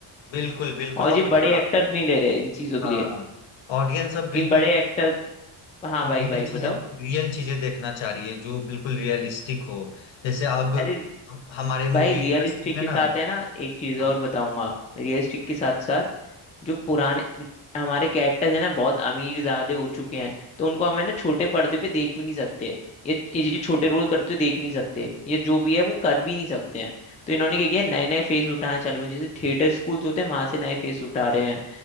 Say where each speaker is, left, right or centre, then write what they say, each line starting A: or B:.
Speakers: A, on the left; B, on the left.
A: बिल्कुल बिल्कुल
B: और
A: अब
B: ये बड़े
A: ना
B: एक्टर्स नहीं ले रहे इन चीजों
A: हाँ
B: के लिए
A: ऑडियंस अब बिल्कुल
B: कि बड़े एक्टर्स हाँ
A: रियल
B: भाई भाई बताओ
A: चीजें रियल चीजें देखना चाहिए जो बिल्कुल रियलिस्टिक हो जैसे अब
B: अरे
A: हम- हमारे
B: भाई
A: मूवी
B: रियलिस्टिक
A: इंडस्ट्री में
B: के
A: ना
B: साथ है ना एक चीज
A: हाँ
B: और बताऊंगा रियलिस्टिक के साथ साथ जो पुराने न- हमारे कैरेक्टर्स है ना बहुत अमीर ज्यादा हो चुके हैं तो उनको हम है ना छोटे पर्दे पे देख भी नहीं सकते ये ये छोटे रोल करते हुए देख नहीं सकते ये जो भी है वो कर भी नहीं सकते हैं तो इन्होंने क्या किया नए नए फेस उठाना चालू हैं जैसे थिएटर स्कूल्स होते हैं वहां से नए फेस उठा रहे हैं